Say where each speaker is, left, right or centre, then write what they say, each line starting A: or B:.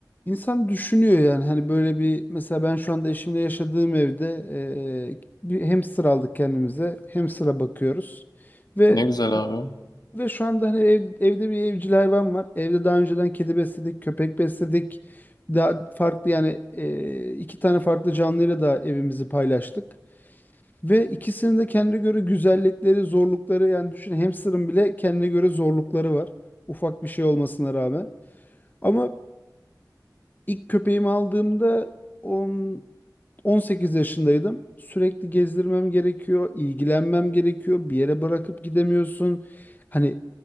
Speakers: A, on the left; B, on the left.
A: İnsan düşünüyor yani hani böyle bir mesela ben şu anda eşimle yaşadığım evde e, bir hamster aldık kendimize. Hamster'a bakıyoruz. Ve
B: Ne güzel abi.
A: ve şu anda hani ev- evde bir evcil hayvan var. Evde daha önceden kedi besledik, köpek besledik. Daha farklı yani e, iki tane farklı canlıyla da evimizi paylaştık. Ve ikisinin de kendine göre güzellikleri, zorlukları yani düşün hamster'ın bile kendine göre zorlukları var. Ufak bir şey olmasına rağmen. Ama İlk köpeğimi aldığımda 10, 18 yaşındaydım. Sürekli gezdirmem gerekiyor, ilgilenmem gerekiyor. Bir yere bırakıp gidemiyorsun. Hani